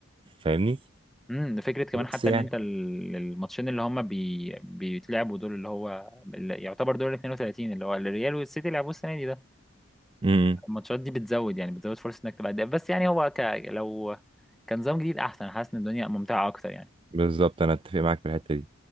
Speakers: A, on the right (about 25°); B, in the centre.
A: فاهمني
B: امم فكره كمان
A: بس
B: حتى
A: يعني
B: ان انت ال- الماتشين اللي هم بي... بيتلعبوا دول اللي هو اللي يعتبر دور ال 32 اللي هو الريال والسيتي لعبوه السنه دي ده
A: امم
B: الماتشات دي بتزود يعني بتزود فرصه انك تبقى هداف بس يعني هو ك... لو كان نظام جديد احسن حاسس ان الدنيا ممتعه اكتر يعني
A: بالظبط انا اتفق معاك في الحتة دي